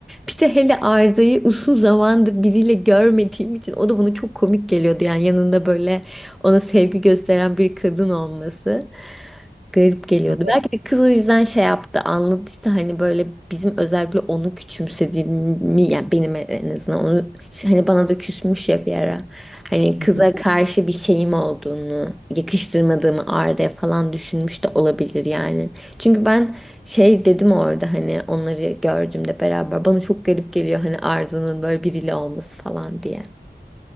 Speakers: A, in the centre; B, on the right.
A: Bir de hele Arda'yı <laughs> uzun zamandır biriyle görmediğim için o da bana çok komik geliyordu. Yani yanında böyle ona sevgi gösteren bir kadın olması. Garip geliyordu.
B: Ama-
A: Belki de kız o yüzden şey yaptı, anladıysa hani böyle bizim özellikle onu küçümsediğimi yani benim en azından onu hani bana da küsmüş ya bir ara. Hani
B: Hı
A: kıza
B: hı.
A: karşı bir şeyim olduğunu, yakıştırmadığımı Arda'ya falan düşünmüş de olabilir yani. Çünkü ben şey dedim orada hani onları gördüğümde beraber bana çok garip geliyor hani Arda'nın böyle biriyle olması falan diye.